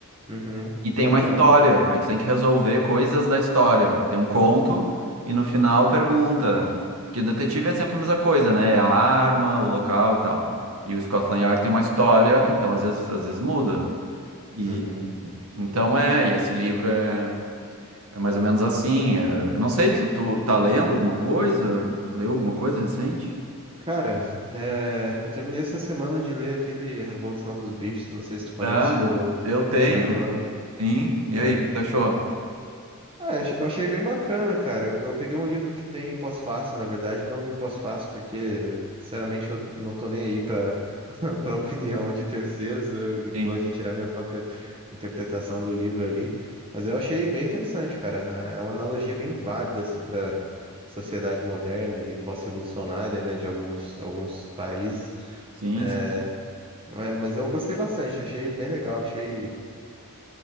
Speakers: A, on the right; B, on the right.
A: Uhum,
B: E tem
A: bacana.
B: uma história, aí tu tem que resolver coisas da história. Tem um conto e no final pergunta. Porque o detetive é sempre a mesma coisa, né? É a arma, o local e tal. E o Scotland Yard tem uma história, então às vezes, às vezes muda. E
A: Uhum.
B: então é, e esse livro é, é mais ou menos assim. é- eu não sei, tu, tu tá lendo alguma coisa? Leu alguma coisa recente?
A: Cara, é, eu terminei essa semana de ler aquele Revolução dos Bichos, não sei se tu conhece,
B: Ah,
A: do
B: eu, eu tenho,
A: George Orwell.
B: sim. E
A: É.
B: aí, o que tu achou?
A: Ah, eu achei eu achei bem bacana, cara. Eu, eu peguei um livro que tem pós-fácil, na verdade, não li o pós-fácil, porque, sinceramente, eu não tô nem aí pra, <laughs> pra opinião de terceiros. Eu, eu
B: Sim,
A: gosto de tirar minha própria interpretação do livro ali. Mas eu achei bem interessante, cara. É uma analogia bem válida, assim, pra sociedade moderna e pós-revolucionária, né, de alguns, alguns países.
B: sim,
A: É, é, mas eu gostei bastante, achei bem legal, achei